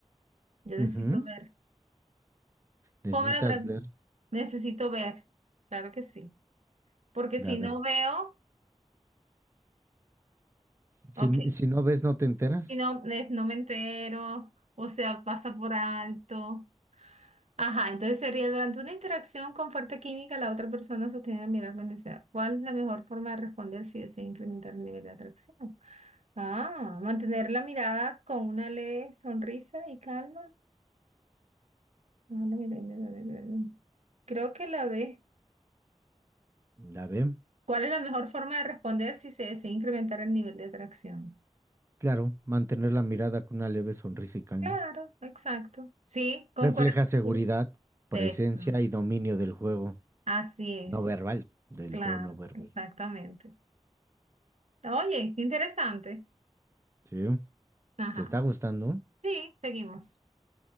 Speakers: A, on the right; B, on the right.
A: Yo necesito
B: Ujú.
A: ver.
B: Necesitas
A: Ponme la pregunta.
B: ver,
A: Necesito ver. Claro que sí. Porque si
B: a ver,
A: no veo,
B: si,
A: ok.
B: si no ves, no te enteras.
A: Si no, es no me entero, o sea, pasa por alto. Ajá, entonces sería durante una interacción con fuerte química, la otra persona sostiene la mirada con deseo. ¿Cuál es la mejor forma de responder si desea incrementar el nivel de atracción? Ah, mantener la mirada con una leve sonrisa y calma. Ah, no, mira, mira, mira, mira, mira. Creo que la ve
B: La ve,
A: ¿Cuál es la mejor forma de responder si se desea incrementar el nivel de atracción?
B: claro, mantener la mirada con una leve sonrisa y calma.
A: Claro, exacto. Sí, concuerdo.
B: Refleja seguridad,
A: contigo.
B: presencia
A: Eso.
B: y dominio del juego
A: Así es,
B: no verbal, del
A: claro,
B: juego no verbal.
A: exactamente. Oye, qué interesante.
B: Sí,
A: Ajá.
B: te está gustando.
A: Sí, seguimos.